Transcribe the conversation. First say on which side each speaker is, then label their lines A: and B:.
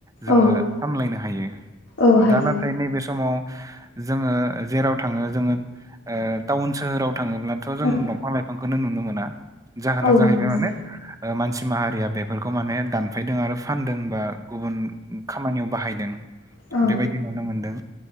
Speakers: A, on the right (about 15°); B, on the left (about 80°).
A: जोङो
B: ओम औ
A: सामलायनो हायो।
B: औ हायो
A: दा नाथाय नैबे समाव जोङो जेराव थाङो जोङो ओ टाउन सोहोराव थाङोब्लाथ' जों
B: ओम
A: दफां लाइफांखोनो नुनो मोना जाहोना
B: औ
A: जाहैबाय
B: नोंनाव
A: माने ओ मानसि माहारिया बेफोरखो माने दानफायदों आरो फानदों बा गुबुन खामानियाव बाहायदों
B: औ
A: बेबायदि नुनो मोनदों